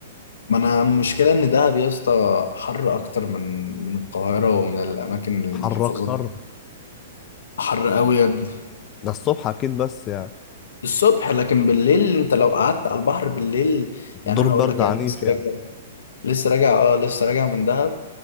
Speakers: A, on the left (about 75°); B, on the left (about 30°).
A: ما انا المشكلة ان دهب يا اسطى حر اكتر من من القاهرة ومن الاماكن المحافظات
B: حر اكتر
A: دي حر قوي يا ابني
B: ده الصبح اكيد بس يعني
A: الصبح لكن بالليل انت لو قعدت على البحر بالليل يعني
B: دور
A: انا
B: برد
A: اقول لك
B: عنيف
A: انا لسه
B: يعني
A: راجع لسه راجع اه لسه راجع من دهب